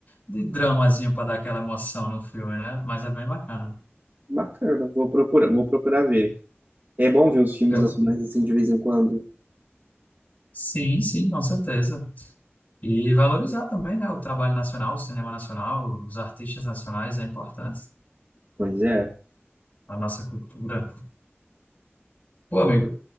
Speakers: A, on the left; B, on the right.
A: de dramazinho para dar aquela emoção no filme, né? Mas é bem bacana.
B: Bacana, vou procurar, vou procurar ver. É bom ver os filmes
A: Eu-
B: nacionais assim de vez em quando.
A: Sim, sim, com certeza. E valorizar também, né, o trabalho nacional, o cinema nacional, os artistas nacionais é importante.
B: Pois é,
A: a nossa cultura. Pô, amigo,